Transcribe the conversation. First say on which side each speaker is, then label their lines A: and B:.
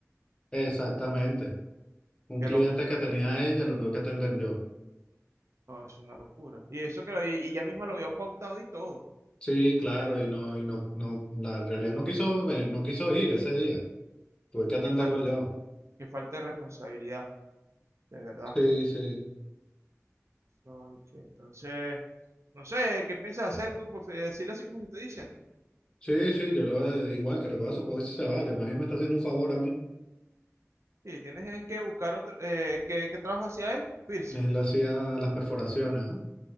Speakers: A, on the left (about 15°); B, on the right (about 60°).
A: Exactamente. Un
B: Qué
A: cliente
B: locura.
A: que tenía ella lo tuve que atender yo.
B: No, es una locura. Y eso que lo, y y ella misma lo había pautado y todo.
A: Sí, claro, y no, y no, no, la realidad no quiso, ven- no quiso ir ese día. Tuve que atenderlo
B: Qué, fal-
A: yo.
B: qué falta de responsabilidad, de verdad.
A: Sí, sí.
B: No, y que entonces, no sé, ¿qué piensas hacer tú? Pues, eh, decirle así como te estoy diciendo.
A: Sí, sí, yo lo eh, igual que recoja su coche y se vaya. Más bien me está haciendo un favor a mí.
B: Sí, tienes es que buscar otro, eh, ¿qué, qué trabajo hacía él? Piercing.
A: Él hacía las perforaciones, ¿ah?